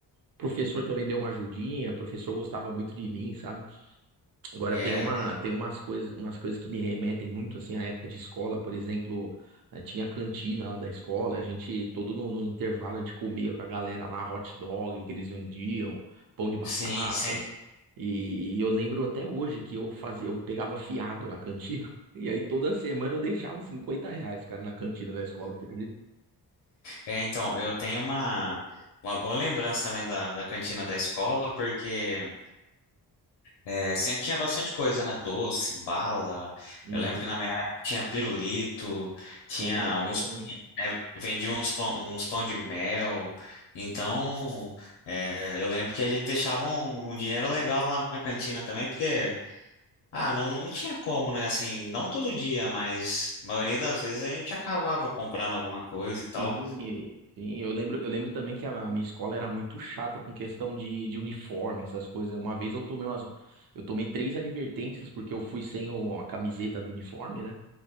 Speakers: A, on the right; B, on the left.
A: o professor também deu uma ajudinha, o professor gostava muito de mim, sabe? Agora
B: É,
A: tem uma, tem umas coisas, umas coisas que me remetem muito assim à época de escola, por exemplo, eh, tinha a cantina lá da escola, a gente todo no, no intervalo a gente comia com a galera lá hot dog que eles vendiam, pão de batata.
B: sim, sim.
A: E, e eu lembro até hoje que eu fazia, eu pegava fiado na cantina. <laughs> E aí toda semana eu deixava 50 reais, cara, na cantina da escola, você acredita?
B: É, então, eu tenho uma, uma boa lembrança também da, da cantina da escola, porque É, sempre tinha bastante coisa, né? Doce, bala.
A: Uhum.
B: Eu lembro que na minha época tinha pirulito, tinha
A: Tinha na minha
B: uns.
A: também.
B: é, vendia uns pão, uns pão de mel. Então, é, eu lembro que a gente deixava um, um dinheiro legal lá na cantina também, porque. Ah, não, não tinha como, né? Assim, não todo dia, mas a maioria das vezes a gente acabava comprando alguma coisa e tal.
A: Sim, e- sim, eu lembro, eu lembro também que a a minha escola era muito chata com questão de, de uniforme, essas coisas. Uma vez eu tomei umas, eu tomei três advertências porque eu fui sem o- a camiseta do uniforme, né?